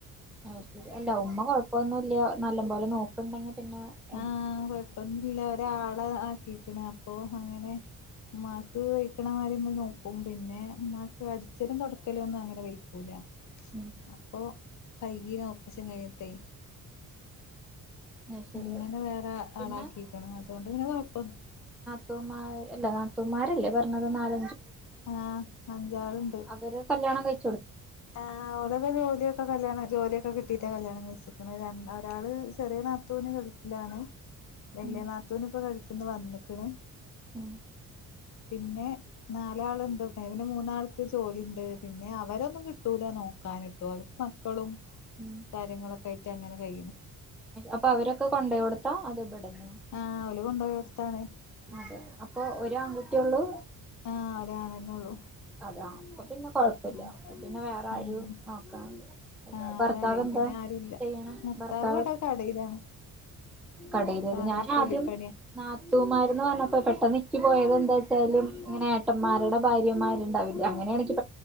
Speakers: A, in the centre; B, on the left (about 55°).
A: അശരി അല്ല ഉമ്മ കൊഴ ഇപ്പൊന്നുല്ല നല്ല പോലെ നോക്കണ്ടെ പിന്നെ ഉം
B: ആ കൊഴപ്പൊന്നുല്ല ഒരാളെ ആക്കിക്കണ അപ്പൊ അങ്ങനെ ഉമ്മാക്ക് വയ്ക്ക്ണ മാരി മ്മ നോക്കും പിന്നെ ഉമ്മാക്ക് അടിച്ചലും തൊടക്കലു ഒന്നും അങ്ങനെ വെയ്ക്കൂല.
A: ഉം
B: അപ്പൊ കൈകീന ഓപ്പറേഷൻ കഴിഞ്ഞിട്ടെ
A: അത് ശരി
B: അങ്ങനെ വേറെ
A: പിന്നെ
B: ആളാക്കിക്ക്ണ് അതുകൊണ്ട് പിന്നെ കൊഴപ്പന്ന്
A: ത്തുമാര് അല്ല നാത്തൂമാരല്ലേ പറഞ്ഞത് നാല
B: ആഹ് അഞ്ചാള്ണ്ട്
A: അവര് കല്യാണം കഴി
B: ആഹ് അതൊക്കെ ജോലിയൊക്കെ കല്യാണം ജോലിയൊക്കെ കിട്ടിട്ട് കല്യാണം കഴിച്ചിക്കുന്നത് ര ഒരാള് ചെറിയ നാത്തു ഗൾഫിലാണ് വലിയ
A: ഉം
B: നാത്തൂന് ഇപ്പൊ ഗൾഫന്ന് വന്ന് ക്ക്ണ്
A: <inaudible>
B: പിന്നെ നാലാളുണ്ട് പി പിന്നെ മൂന്നാൾക്ക് ജോലിണ്ട് പിന്നെ അവരൊന്നും കട്ടൂല നോക്കാനിട്ടു മക്കളും
A: ഉം
B: കാര്യങ്ങളൊക്കെ ട്ടങ്ങനെ കഴിയുന്നു
A: അപ്പൊ അവരൊക്കെ കൊണ്ടേ കൊടുത്താ അത് ഇവിടന്നെ
B: ആഹ അവല് കൊണ്ടുപോയിടുത്താണ്
A: അതെ അപ്പൊ ഒരു ആൺകുട്ടിയെള്ളൂ
B: ആഹ് ഒരാണെന്നൊള്ളൂ
A: അതെ പ <unintelligible> കൊഴപ്പില്ല
B: ഉം
A: പിന്നെ വേറെ ആരും
B: ഉം
A: നോക്കാ
B: ആഹ്
A: ഭർത്താവ്
B: അതാണ്
A: എന്താ
B: പിന്നെ ആരുല്ല
A: ചെയ്യണ ഭർത്താവ്
B: ഇവടെ കടയിലാണ്
A: കടയില
B: സാധാ
A: ഞാനാദ്യം
B: കൂലിപ്പണിയാ
A: നാത്തൂമാര് ഇപ്പൊ പെട്ടെന്ന് ന്ക്ക് പോയത് എന്താച്ചാലും ഇങ്ങനെ ഏട്ടന്മാരുടെ ഭാര്യമാരുണ്ടാവില്ല അങ്ങനെയാണെങ്കെ